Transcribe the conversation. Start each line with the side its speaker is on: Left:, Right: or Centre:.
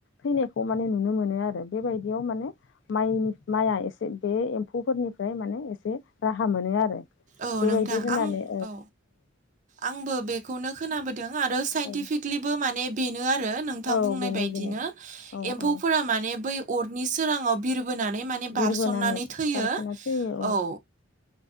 Left: थैनायखौ माने नुनो मोनो आरो बेबायदियाव माने माइनि माइया एसे बे एम्फौफोरनिफ्राय माने एसे राहा मोनो आरो।
Right: औ
Left: बेबायदि
Right: नोंथां
Left: होनानै
Right: आं औ आंबो बेखौनो खोनाबोदों आरो। साइन्टिफिकलिबो
Left: औ
Right: माने बेनो आरो नोंथां
Left: औ
Right: बुंनाय
Left: बेनो
Right: बायदिनो
Left: बेनो औ
Right: एम्फौफोरा
Left: औ
Right: माने बै अरनि सोराङाव बिर बोनानै माने
Left: बिरबोनानै
Right: बारसननानै थैयो
Left: बारस'ना फैयो
Right: औ ओ